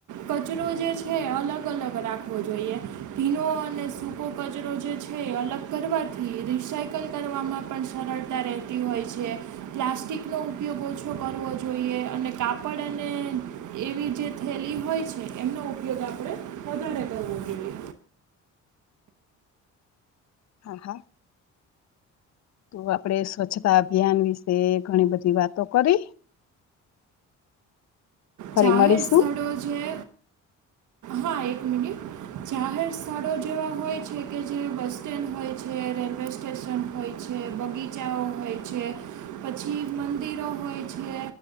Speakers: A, on the right; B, on the left.
A: કચરો જે છે અલગ-અલગ રાખવો જોઈએ. ભીનો અને સૂકો કચરો જે છે અલગ કરવાથી રિસાયકલ કરવાવામાં પણ સરળતા રહેતી હોય છે. પ્લાસ્ટિકનો ઉપયોગ ઓછો કરવો જોઈએ અને કાપડ અ ને એવી જે થેલી હોય છે. એમનો ઉપયોગ આપડે વધારે કરવો જોઈએ.
B: હા હા. તો આપડે સ્વચ્છતા અભિયાન વિશે ઘણી બધી વાતો કરી. ફરી
A: જાહેર
B: મળીશું
A: સ્થળો છે. હા, એક મિનિટ જાહેર સ્થળો જેવા હોય છે કે જે બસ સ્ટેન્ડ હોય છે, રેલવે સ્ટેશન હોય છે, બગીચાઓ હોય છે પછી મંદિરો હોય છે.